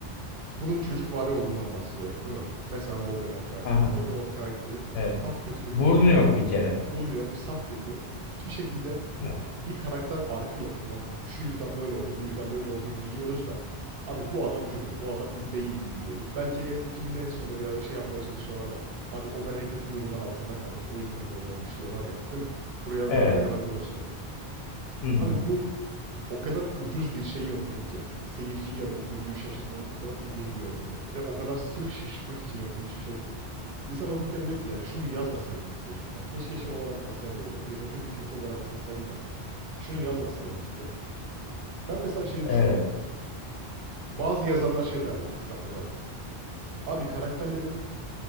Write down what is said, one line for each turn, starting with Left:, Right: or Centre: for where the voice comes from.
Right: bunun çocukvari olduğundan bahsediyor, değil mi? Mesela Voldemort karakteri.
Left: Hı hı,
Right: Voldemort karakteri
Left: evet.
Right: saf kötü bir karakter.
Left: Burnu yok bir kere.
Right: Burnu yok, saf kötü. Hiçbir şekilde
Left: Evet.
Right: bir karakter arkı yok tamam mı? Şu yüzden böyle oldu, bu yüzden böyle olduğu biliyoruz da. Abi bu adam kötü, bu adam iyi değil diye biliyoruz. Belki en, filmin en sonunda birazcık şey yapmaya çalışıyorlar ya. Abi o da ne kötü durumlar altında kalmış, o yüzden böyle olmuş diyorlar ya, değil mi? Buraya
Left: Evet.
Right: buraya kadar doğru söyledim.
Left: Hı hı,
Right: Abi bu o kadar ucuz bir şey yöntemi ki. Seyirciyi ya da okuyucuyu şaşırtmanın o kadar ucuz bir yöntemi ve o kadar sırf şaşırtmak için yapılmış bir şey ki. İnsan okurken diyor ki yani şunu yazmasaydınız keşke. ya. Keşke şey olarak kalsaydı böyle karikatür bir kötü olarak kalsaydı da şunu yazmasaydınız diyor. Ben mesela şey düşünüyorum.
Left: evet.
Right: Bazı yazarlar şey derler kitap yazarken. Abi karakterlerin